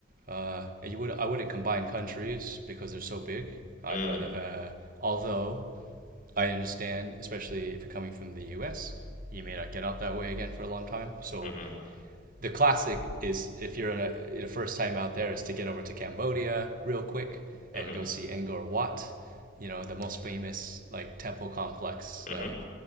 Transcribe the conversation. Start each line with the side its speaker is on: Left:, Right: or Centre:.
Right: uh, you would I wouldn't combine countries because they're so big. I'd
Left: Mm.
Right: rather, uh, although I understand, especially if you're coming from the US, you may not get out that way again for a long time. So
Left: hmm
Right: the classic is if you're in a, the first time out there is to get over to Cambodia real quick
Left: hmm
Right: and go see Angkor Wat, you know, the most famous like temple complex.
Left: hmm
Right: Uh,